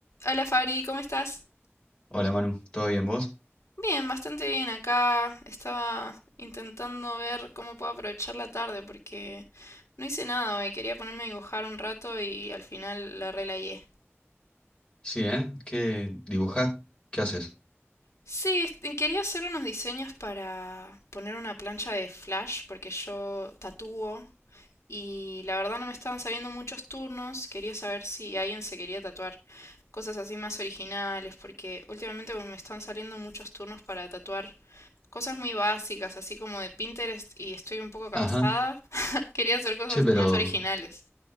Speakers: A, on the left; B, on the left.
A: Hola Fabri, ¿cómo estás?
B: Hola Manu, ¿todo bien vos?
A: Bien, bastante bien acá. Estaba intentando ver cómo puedo aprovechar la tarde porque no hice nada hoy. Quería ponerme a dibujar un rato y al final la relayé.
B: Sí, ¿eh? ¿Qué dibujás? ¿Qué haces?
A: Sí, este, quería hacer unos diseños para poner una plancha de flash porque yo tatúo Y la verdad no me estaban saliendo muchos turnos, quería saber si alguien se quería tatuar cosas así más originales, porque últimamente me están saliendo muchos turnos para tatuar cosas muy básicas, así como de Pinterest, y estoy un poco cansada.
B: Ajá.
A: <laughs> Quería hacer cosas
B: Che, pero
A: más originales.